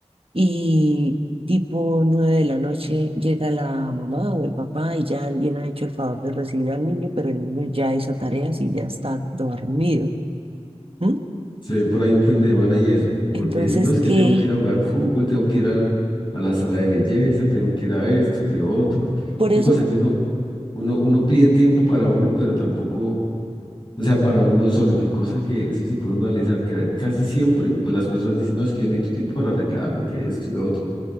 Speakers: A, on the right; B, on the left.
A: Y tipo nueve de la noche llega la mamá o el papá y ya alguien ha hecho el favor de recibir al niño, pero el niño ya hizo tareas y ya está dormido. ¿m?
B: se ve por ahí un fin de semana y eso, porque
A: Entonces,
B: dicen, no, es
A: que
B: que tengo que ir a jugar fútbol, tengo que ir al- a la sala de belleza, tengo que ir a esto, que lo otro,
A: por
B: qué
A: eso,
B: cosa que uno, uno, uno pide tiempo para uno, pero tampoco, o sea, para uno solo, qué cosa que eso se puede uno analizar, que casi siempre, pues las personas dicen, no, es que yo necesito tiempo para arreglarme, que esto y lo otro,